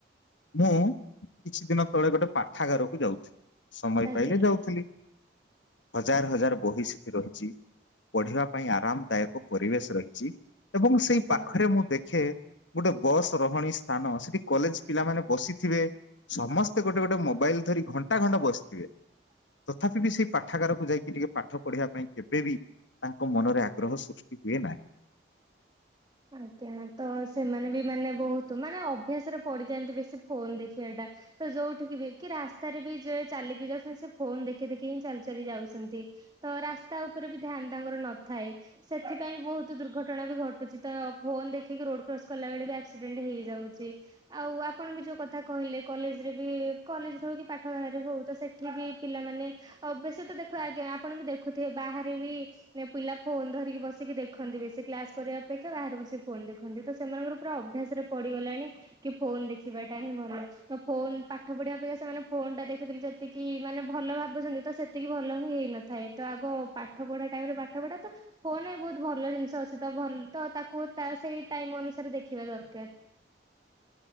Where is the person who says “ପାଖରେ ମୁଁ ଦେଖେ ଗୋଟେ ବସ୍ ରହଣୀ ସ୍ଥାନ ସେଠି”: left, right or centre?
Left